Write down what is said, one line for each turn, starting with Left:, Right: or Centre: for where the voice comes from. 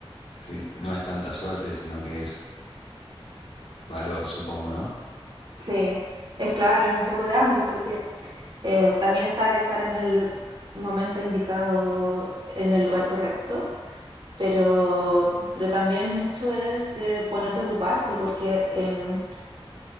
Left: Sí, no es tanta suerte, sino que es valor, supongo, ¿no?
Right: Sí, es claro, es un poco de ambos porque eh, también estar, estar en el momento indicado, en el lugar correcto. Pero, pero también mucho es de ponerte de tu parte, porque en,